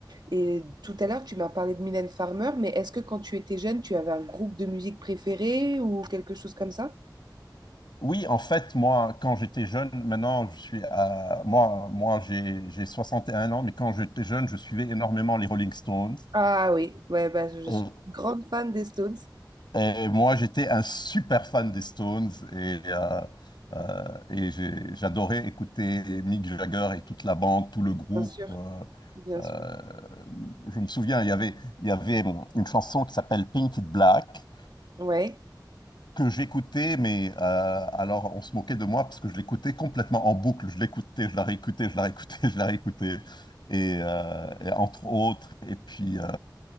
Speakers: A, on the right; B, on the left.
A: Et tout à l'heure, tu m'as parlé de Mylène Farmer, mais est-ce que quand tu étais jeune, tu avais un groupe de musique préféré ou quelque chose comme ça?
B: Oui, en fait, moi, quand j'étais jeune, maintenant, je suis à... Moi, moi j'ai, j'ai 61 ans, mais quand j'étais jeune, je suivais énormément les Rolling Stones.
A: Ah oui, ouais, bah, je je
B: Et,
A: suis grande fan des Stones,
B: et moi, j'étais un super fan des Stones et, euh, euh, et j'ai- j'adorais écouter Mick Jagger et toute la bande, tout le groupe.
A: bien sûr,
B: euh,
A: bien
B: euh,
A: sûr.
B: je me souviens, il y avait, il y avait une chanson qui s'appelle Painted Black.
A: Ouais,
B: que j'écoutais, mais euh, alors on se moquait de moi parce que je l'écoutais complètement en boucle. Je l'écoutais, je la réécoutais, je la réécoutais, <laughs> je la réécoutais. Et, euh, et entre autres, et puis, euh,